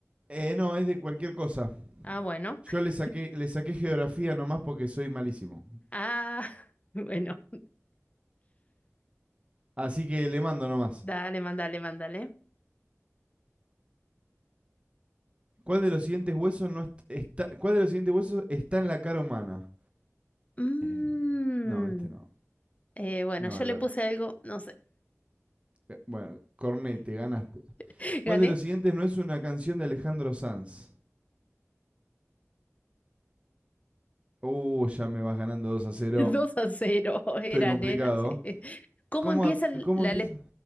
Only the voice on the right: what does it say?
Eh, no, es de cualquier cosa.
Yo
le saqué, le saqué geografía nomás porque soy malísimo.
Así que le mando nomás.
¿Cuál de los siguientes huesos no est- está, ¿Cuál de los siguientes huesos está en la cara humana?
Eh, no, este no.
No,
la-
eh, bueno, Cornete, ganaste.
¿Cuál
de los siguientes no es una canción de Alejandro Sanz? Uh, ya me vas ganando 2 a 0.
Estoy complicado.
¿Cómo,
cómo
empieza?